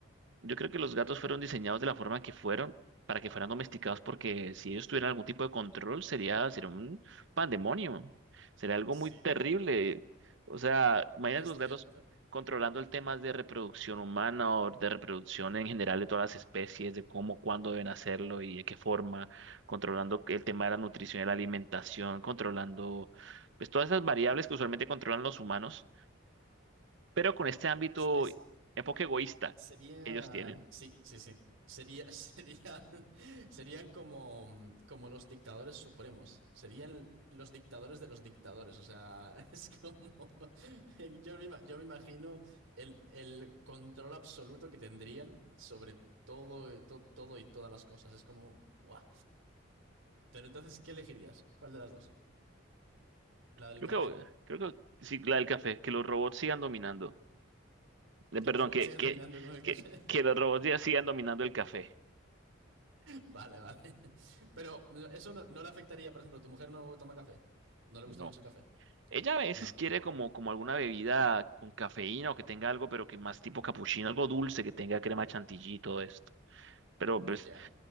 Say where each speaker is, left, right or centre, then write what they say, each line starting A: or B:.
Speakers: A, on the right (about 60°); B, on the right (about 80°).
A: Yo creo que los gatos fueron diseñados de la forma que fueron para que fueran domesticados, porque si ellos tuvieran algún tipo de control, sería, sería un pandemonio. Sería algo
B: Sí,
A: muy terrible. O sea, imagínate
B: es
A: los
B: cierto.
A: gatos controlando el tema de reproducción humana o de reproducción en general de todas las especies, de cómo, cuándo deben hacerlo y de qué forma, controlando el tema de la nutrición y la alimentación, controlando pues todas esas variables que usualmente controlan los humanos, pero con este ámbito,
B: Se- es-
A: enfoque egoísta,
B: serían,
A: ellos tienen.
B: sí, sí, sí. Sería, <laughs> serían, serían como, mm, como los dictadores supremos. Serían los dictadores de los dictadores. O sea, <laughs> es como, yo me, ima- yo me imagino el, el control absoluto que tendrían sobre todo, to- todo y todas las cosas. Es como, ¡buah! Pero entonces, ¿qué elegirías? ¿Cuál de las dos? ¿La del
A: Creo
B: café?
A: que, creo que sí, la del café, que los robots sigan dominando. Eh, perdón,
B: Que los robots
A: que,
B: siguen
A: que,
B: dominando
A: Sí.
B: con el café.
A: que, que los robots ya sigan dominando el café.
B: <laughs> Vale, vale. Pero no- eso no, no le afectaría, por ejemplo, tu mujer no toma café. No le
A: No.
B: gusta mucho el café.
A: Ella a veces
B: No,
A: quiere
B: tampoco.
A: como, como alguna bebida con cafeína o que tenga algo, pero que más tipo capuchino, algo dulce, que tenga crema chantilly y todo esto. Pero pues,
B: Mm, Ya.